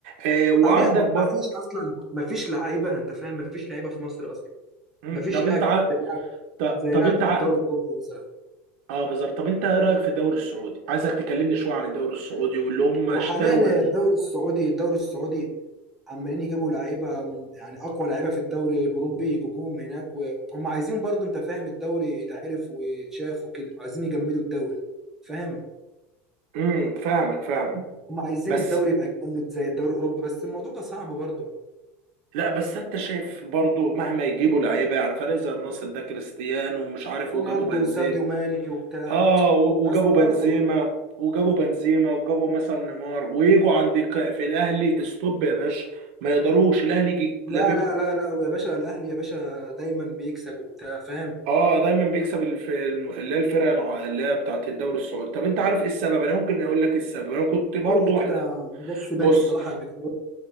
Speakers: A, on the right (about 70°); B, in the centre.
A: اه وعندك
B: حاليا مفيش
A: برضه
B: اصلا مفيش لعيبه انت فاهم مفيش لعيبه في مصر اصلا
A: مم،
B: مفيش
A: طب
B: لاعب
A: انت ع...
B: زي لاعب
A: ط-
B: زي
A: طب
B: لاعب
A: انت ع...
B: الدوري الاوروبي مثلا
A: اه بالظبط طب انت ايه رايك في الدوري السعودي عايزك تكلمني شويه عن الدوري السعودي واللي هم اشتروا
B: هو حاليا الدوري السعودي الدوري السعودي عمالين يجيبوا لعيبه من يعني اقوى لعيبه في الدوري الاوروبي يجيبوهم هناك وهم عايزين برضو انت فاهم الدوري يتعرف ويتشاف وكده عايزين يجمدوا الدوري فاهم
A: امم فاهمك فاهمك
B: هم عايزين
A: بس
B: الدوري يبقى جامد زي الدوري الاوروبي بس الموضوع ده صعب برضو
A: لا بس انت شايف برضو مهما يجيبوا لعيبه يعني فريق زي النصر ده كريستيانو ومش عارف
B: رونالدو
A: وجابوا بنزيما
B: وساديو ماني وبتاع
A: اه و-
B: بس
A: وجابوا بنزيما
B: برضو
A: وجابوا بنزيما وجابوا مثلا نيمار ويجوا عند ك- في الاهلي استوب يا باشا ما يقدروش الاهلي يجي
B: لا
A: لاببهم
B: لا لا لا ويا باشا الاهلي يا باشا دايما بيكسب وبتاع فاهم
A: اه دايما بيكسب الف- الم- اللي هي الفرق الع- اللي هي بتاعت الدوري السعودي طب انت عارف ايه السبب انا ممكن اقول لك ايه السبب انا كنت برضو
B: قول لي كده
A: واحد
B: ما جاش في بالي
A: بص
B: الصراحه قبل كده